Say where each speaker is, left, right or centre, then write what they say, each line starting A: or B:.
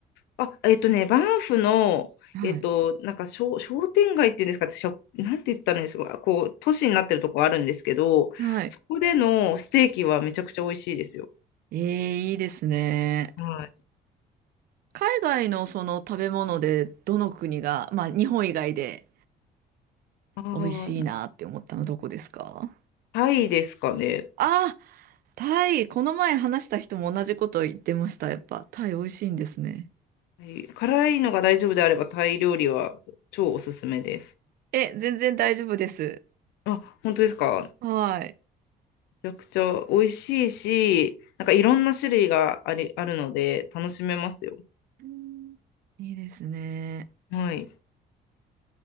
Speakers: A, on the left; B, on the right.
A: あ、えっとね、バンフの、
B: はい。
A: えっと、なんか商、商店街っていうんですか、しょ、なんて言ったらいいんですか、こう、都市になってるとこあるんですけど、
B: はい。
A: そこでのステーキはめちゃくちゃ美味しいですよ。
B: ええ、いいですね。
A: はい。
B: 海外のその食べ物でどの国が、まあ日本以外で
A: あー、
B: 美味しいなって思ったのどこですか
A: タイですかね。
B: あ、タイ。この前話した人も同じこと言ってました。やっぱタイ美味しいんですね。
A: はい辛いのが大丈夫であれば、タイ料理は超おすすめです。
B: え、全然大丈夫です。
A: あ、本当ですか。
B: はい。
A: めちゃくちゃ美味しいし、なんかいろんな種類があり、あるので、楽しめますよ。
B: うんいいですね。
A: はい。